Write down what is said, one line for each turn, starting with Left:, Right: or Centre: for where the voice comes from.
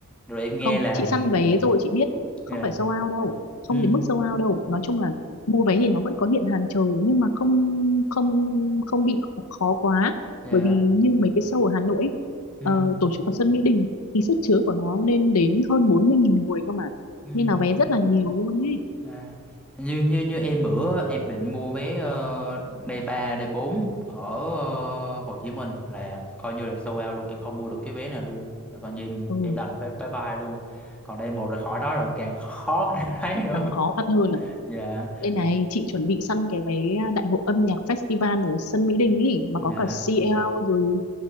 Centre: rồi em nghe
Left: không
Centre: là
Left: chị săn vé rồi chị biết không
Centre: dạ
Left: phải sold out đâu
Centre: ừ
Left: không đến mức sold out đâu nói chung là mua vé thì nó vẫn có hiện hàng chờ nhưng mà không không không bị khó quá
Centre: dạ
Left: bởi vì như mấy cái show ở Hà Nội ấy,
Centre: ừ
Left: ờ, tổ chức ở sân Mỹ Đình thì sức chứa của nó lên đến hơn 40.000 người cơ mà
Centre: ừ
Left: nên là vé rất là nhiều luôn ấy
Centre: à. như như như em bữa em định mua vé uh, day 3 day 4 ở ờ, Hồ Chí Minh là coi như là sold out luôn em không mua được cái vé nào luôn là coi như em
Left: ừ,
Centre: em đành phải bye bye luôn còn day một là khỏi nói rồi càng <laughs> khó để thấy nữa
Left: càng khó khăn hơn à
Centre: dạ
Left: Đây này, chị chuẩn bị săn cái vé à, đại hội âm nhạc festival ở sân Mỹ Đình ấy mà có
Centre: dạ
Left: cả CL rồi